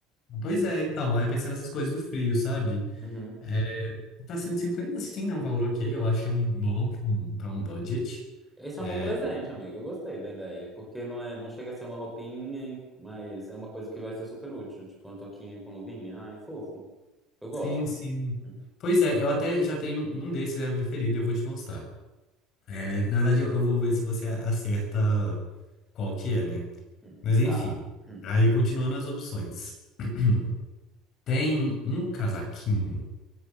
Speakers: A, on the left; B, in the centre.
A: Pois é, então, aí eu pensei nessas coisas do frio, sabe?
B: Uhum.
A: É, Pra 150 sim, né? Um valor ok, eu acho que é um bom para um pra um budget.
B: Esse
A: É,
B: é um bom presente, amigo. Eu gostei da ideia, porque não é, não chega a ser uma roupinha, em- mas é uma coisa que vai ser super útil, tipo uma touquinha com luvinha. Ai, fofo. Eu gosto.
A: sim, sim.
B: Hum,
A: Pois é, eu até já tenho um desses, é meu preferido, eu vou te mostrar. É, na verdade, eu, eu vou ver se você acerta qual que é, né?
B: hum.
A: Mas enfim,
B: Tá. Hum,
A: aí continuando as opções. <clears throat> Tem um casaquinho